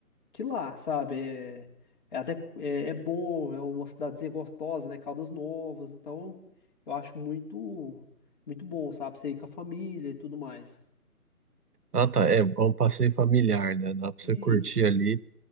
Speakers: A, on the left; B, on the right.
A: que lá, sabe? É, é até é, é bom, é uma cidadezinha gostosa, né? Caldas Novas, então eu acho muito muito bom, sabe? Você ir com a família e tudo mais.
B: Ah, tá. É, é um passeio familiar, né? Dá pra
A: Isso.
B: você curtir ali.